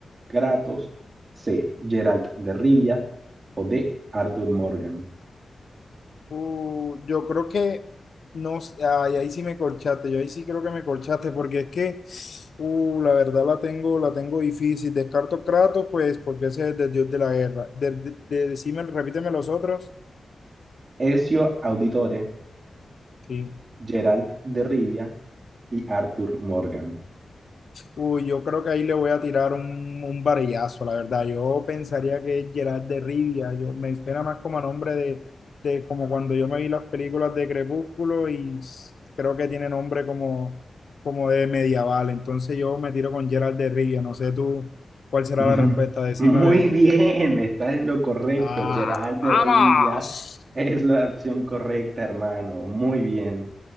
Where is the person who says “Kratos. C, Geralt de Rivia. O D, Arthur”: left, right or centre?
Right